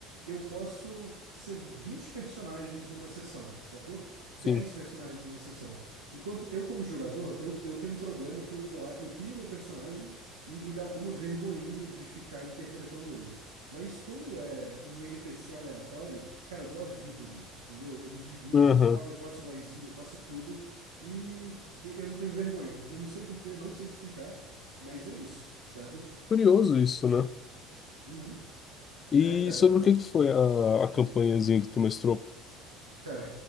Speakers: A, on the right; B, on the left.
A: eu posso ser 20 personagens numa sessão, sacou? dez
B: Sim.
A: personagens numa sessão. Enquanto eu, como jogador, eu, eu tenho um problema que eu vou lá, eu crio meu personagem e me dá alguma vergonhinha de ficar interpretando ele. Mas quando é um NPC aleatório, cara, eu dou a vida ali, entendeu? Eu me divirto,
B: Aham.
A: eu fa- eu faço vozinho, eu faço tudo. E e- Eu não tenho vergonha. Eu não sei porquê, não sei te explicar, mas é isso, sabe?
B: Curioso isso, né?
A: Uhum.
B: E
A: É, cara,
B: sobre o que que foi a, a campanhazinha que tu mestrou?
A: cara,